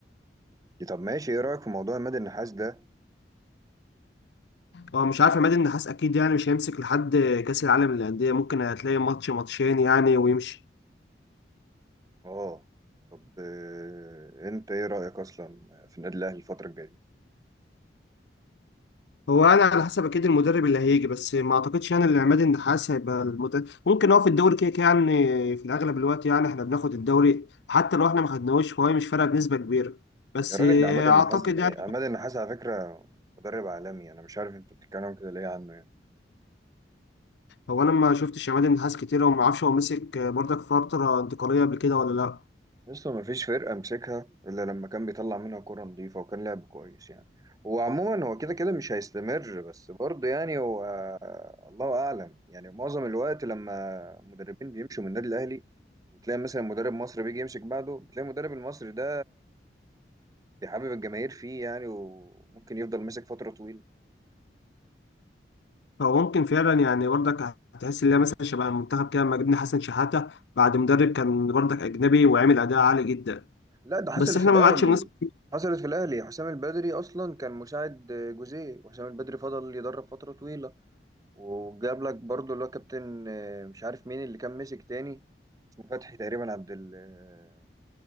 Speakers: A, on the right; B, on the left.
A: دي طب ماشي ايه رأيك في موضوع عماد النحاس ده؟
B: هو مش عارف عماد النحاس اكيد يعني مش هيمسك لحد كاس العالم للانديه ممكن هتلاقي ماتش ماتشين يعني ويمشي
A: اه طب آه، انت ايه رأيك اصلا في النادي الاهلي الفترة الجاية؟
B: هو انا على حسب اكيد المدرب اللي هيجي بس ما اعتقدش يعني ان عماد النحاس هيبقى المدرب ممكن هو في الدوري كده كده يعني في الاغلب الوقت يعني احنا بناخد الدوري حتى لو احنا ما خدناهوش فهو مش فارقه بنسبه كبيره بس
A: يا راجل
B: اعتقد
A: ده عماد النحاس آه،
B: يعني
A: عماد النحاس على فكرة مدرب عالمي انا مش عارف انت بتتكلم كده ليه عنه
B: هو انا ما شفتش عماد النحاس كتير وما اعرفش هو مسك برضك فتره انتقاليه قبل كده ولا لا
A: لسه ما فيش فرقة مسكها إلا لما كان بيطلع منها كرة نظيفة وكان لعب كويس يعني هو عموما هو كده كده مش هيستمر بس برضه يعني هو الله أعلم يعني معظم الوقت لما مدربين بيمشوا من النادي الأهلي وتلاقي مثلا مدرب مصري بيجي يمسك بعده بتلاقي المدرب المصري ده بيحبب الجماهير فيه يعني وممكن يفضل ماسك فترة طويلة
B: فهو ممكن فعلا يعني برضك هتحس ان هي مثلا شبه المنتخب كده لما جبنا حسن شحاته بعد مدرب كان برضك اجنبي وعمل اداء عالي جدا
A: لا ده حصلت
B: بس احنا
A: في الأهلي
B: ما عادش بنسبه
A: حصلت في الأهلي حسام البدري أصلا كان مساعد جوزيه وحسام البدري فضل يدرب فترة طويلة وجاب لك برضو اللي هو كابتن آه، مش عارف مين اللي كان مسك تاني اسمه فتحي تقريبا عبد ال آه،